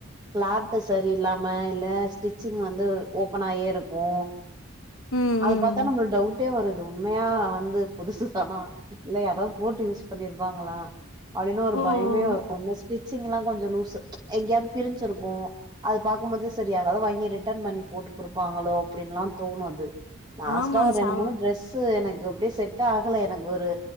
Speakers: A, on the right (about 20°); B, on the left (about 85°).
A: கிளாத்து சரியில்லாம இல்ல ஸ்டிச்சிங் வந்து ஓப்பனாயேருக்கோ
B: ம்
A: அது
B: ம்
A: பாத்தா நம்ளுக்கு டவுட்டே வருது உண்மயா வந்து புதுசு தானா இல்ல யாராது போட்டு யூஸ் பண்ணிருப்பாங்களா அப்டின்னு ஒரு
B: ஓ ஓ.
A: பயமே வந்துச்சு ஸ்டிச்சிங்ல்லா கொஞ்சோ லூஸ்ஸு எங்கயாவது பிரிஞ்சிருக்கோ அது பாக்கும்போது செரி யாராது வாங்கி ரிட்டர்ன் பண்ணி போட்டு போருப்பாங்களோ அப்டின்னுலா தோணு அது லாஸ்ட்டா
B: ஆமா
A: ஒரு ரெண்டு
B: சவ
A: மூணு டிரரெஸ்ஸு எனக்கு அப்டியே செட் ஆகல எனக்கொரு